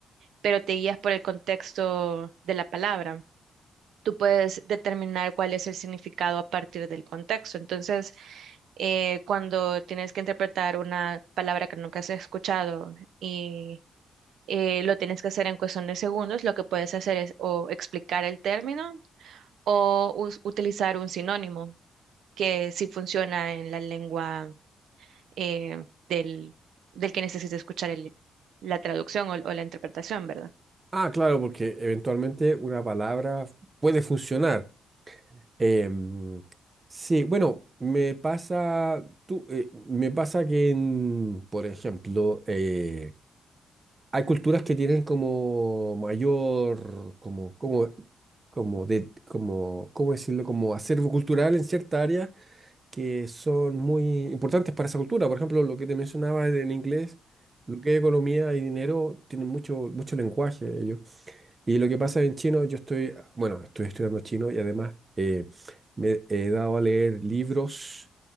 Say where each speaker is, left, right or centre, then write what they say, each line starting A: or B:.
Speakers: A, on the right; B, on the right.
A: pero te guías por el contexto de la palabra. Tú puedes determinar cuál es el significado a partir del contexto. Entonces, eh, cuando tienes que interpretar una palabra que nunca has escuchado y eh, lo tienes que hacer en cuestión de segundos, lo que puedes hacer es o explicar el término o us- utilizar un sinónimo que sí funciona en la lengua eh, del, del que necesita escuchar el- la traducción o, o la interpretación, ¿verdad?
B: Ah, claro, porque eventualmente una palabra puede funcionar. Em, sí, bueno, me pasa, tú, eh, me pasa que, en, por ejemplo, eh, hay culturas que tienen como mayor, como, como, como de, como, ¿cómo decirlo? Como acervo cultural en ciertas áreas que son muy importantes para esa cultura. Por ejemplo, lo que te mencionaba en inglés, lo que es economía y dinero, tienen mucho, mucho lenguaje ellos. Y lo que pasa en chino, yo estoy, bueno, estoy estudiando chino y además eh, me he dado a leer libros